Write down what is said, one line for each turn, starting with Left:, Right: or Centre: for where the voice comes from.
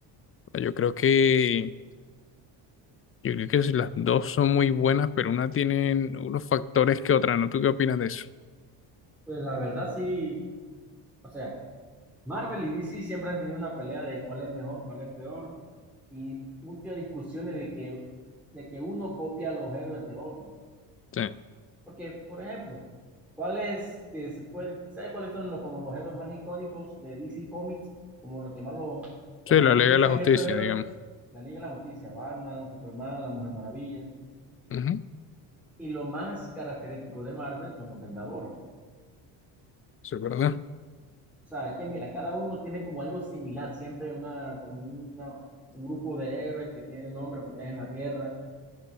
Left: yo creo que, yo creo que si las dos son muy buenas, pero una tienen unos factores que otra, ¿no? ¿Tú qué opinas de eso?
Centre: Pues la verdad sí, o sea, Marvel y DC siempre han tenido una pelea de cuál es mejor, cuál es peor, y muchas discusiones de que, de que uno copia a los héroes de otro.
Left: Sí,
Centre: Porque, por ejemplo, ¿cuáles, te- se puede- ¿sabes cuáles son los, como los héroes más icónicos de DC Comics? Como lo que más lo,
Left: sí,
Centre: cuando
Left: la
Centre: tú
Left: ley
Centre: piensas
Left: de la justicia,
Centre: en esos héroes,
Left: digamos.
Centre: la Liga de la Justicia, Batman, Superman, la Mujer Maravilla,
Left: Ujú,
Centre: y lo más característico de Marvel son los Vengadores.
Left: Sí, es ¿verdad?
Centre: O sea, que mira, cada uno tiene como algo similar, siempre una, como una- un grupo de héroes que tienen un nombre, protegen la tierra,